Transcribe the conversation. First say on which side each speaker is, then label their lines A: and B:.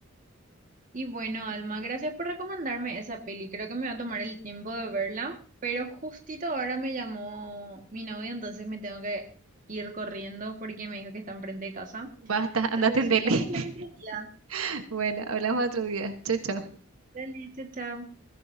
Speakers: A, on the right; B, on the right.
A: Y bueno, Alma, gracias por recomendarme esa peli. Creo que me va a tomar el tiempo de verla, pero justito ahora me llamó mi novio, entonces me tengo que ir corriendo porque me dijo que está enfrente de casa.
B: Basta, <laughs>
A: Entonces,
B: anda a atenderle.
A: vamos a
B: <laughs>
A: hablar otro día.
B: Bueno, hablamos otro día. Chau, chau.
A: Dale, chao, chao.